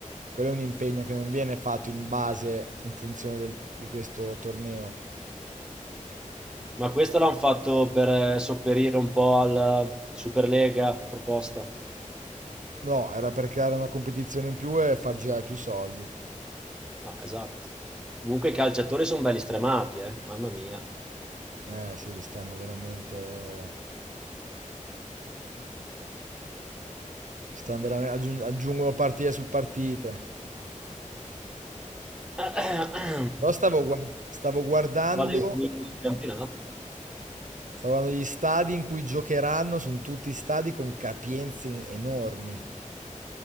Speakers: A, on the right; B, in the centre.
A: quello è un impegno che non viene fatto in base, in funzione del- di questo torneo.
B: Ma questo l'hanno fatto per eh, sopperire un po' alla Superlega proposta.
A: No, era per creare una competizione in più e far girare più soldi.
B: Ah, esatto. Comunque i calciatori sono belli stremati, eh? Mamma mia.
A: Eh sì, li stanno veramente... Stanno veramente aggiung- aggiungono partite su partite.
B: <clears throat>
A: Però stavo, guar- stavo guardando,
B: Vado in finire il campionato,
A: stavo guardando gli stadi in cui giocheranno, sono tutti stadi con capienze in- enormi.